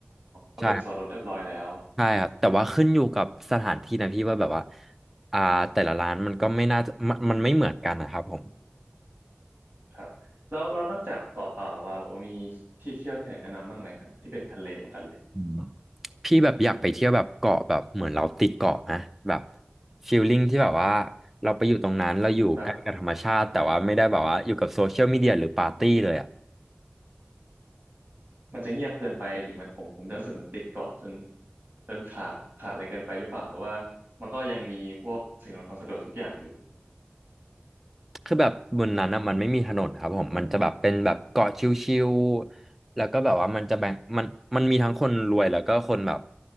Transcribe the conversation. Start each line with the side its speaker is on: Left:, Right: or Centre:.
Right: ก็เป็นส่วนลดเรียบร้อยแล้ว
Centre: ใช่ ใช่ครับแต่ว่าขึ้นอยู่กับสถานที่นะพี่ว่าแบบว่าอ่าแต่ละร้านมันก็ไม่น่าจะมันมันไม่เหมือนกันนะครับผม
Right: ครับแล้วเรานอกจากต่อต่อแล้วว่าเรามีที่เที่ยวที่ไหนแนะนำบ้างไหมครับที่เป็นทะเลเหมือนกันเลย
Centre: อืมพี่แบบอยากไปเที่ยวแบบเกาะแบบเหมือนเราติดเกาะนะแบบฟีลลิ่งที่แบบว่าเราไปอยู่ตรงนั้นเราอยู่ใกล้กับธรรมชาติแต่ว่าไม่ได้แบบว่าอยู่กับโซเชียลมีเดียหรือปาร์ตี้เลยอ่ะ
Right: แบบมันจะเงียบเกินไปดิมันผมผมจะรู้สึกเหมือนติดเกาะจนจนขาดขาดอะไรเกินไปหรือเปล่าหรือว่ามันก็ยังมีพวกสิ่งอำนวยความสะดวกทุกอย่างอยู่
Centre: คือแบบบนนั้นอะมันไม่มีถนนครับผมมันจะแบบเป็นแบบเกาะชิวๆแล้วก็แบบว่ามันจะแบ่งมันมันมีทั้งคนรวยแล้วก็คนแบบ